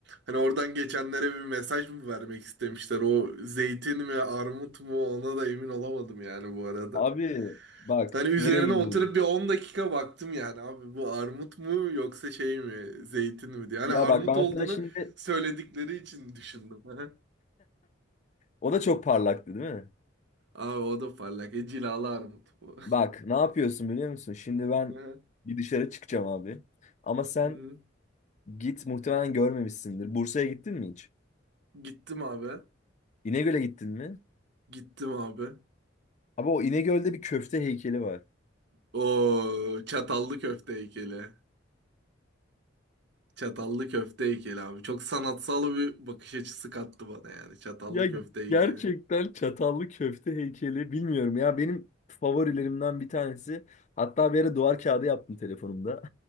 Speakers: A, on the right; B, on the left.
A: hani oradan geçenlere bir mesaj mı vermek istemişler? O zeytin mi armut mu ona da emin olamadım yani bu arada.
B: Abi bak
A: Hani üzerine
B: nereye gidiyoruz?
A: oturup bir 10 dakika baktım yani abi bu armut mu yoksa şey mi zeytin mi diye. Hani
B: Ya
A: armut
B: bak ben
A: olduğunu
B: sana şimdi
A: söyledikleri için düşündüm. <laughs>
B: o da çok parlaktı değil mi?
A: Abi o da parlak. E, cilalı armut bu.
B: Bak ne yapıyorsun biliyor musun? Şimdi ben
A: <laughs> Hı
B: bir dışarı çıkacağım abi. Ama sen
A: hı.
B: git muhtemelen görmemişsindir. Bursa'ya gittin mi hiç?
A: Gittim abi.
B: İnegöl'e gittin mi?
A: Gittim abi.
B: Abi o İnegöl'de bir köfte heykeli var.
A: O çatallı köfte heykeli. Çatallı köfte heykeli abi. Çok sanatsal bir bakış açısı kattı bana yani. Çatallı
B: Ya
A: köfte heykeli.
B: gerçekten çatallı köfte heykeli bilmiyorum ya benim favorilerimden bir tanesi. Hatta bir ara duvar kağıdı yaptım telefonumda.